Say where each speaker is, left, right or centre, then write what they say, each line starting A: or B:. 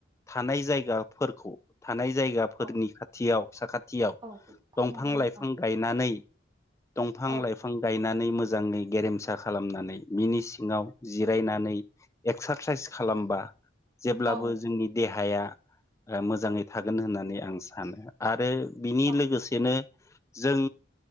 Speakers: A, on the left; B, on the right.
A: थानाय जायगाफोरखौ थानाय जायगाफोरनि
B: औ
A: खाथियाव साखाथि खाथियाव
B: औ
A: दंफां
B: नंगौ नोंथां
A: - लाइफां गायनानै दंफां
B: औ
A: - लाइफां गायनानै मोजाङै गेरेमसा खालामनानै बिनि सिङाव जिरायनानै एक्सारसाइस खालाम होमबा जेब्लाबो
B: औ
A: जोंनि देहाया ओ मोजाङै थागोन होननानै आं सानो आरो बिनि
B: औ
A: लोगोसेनो जों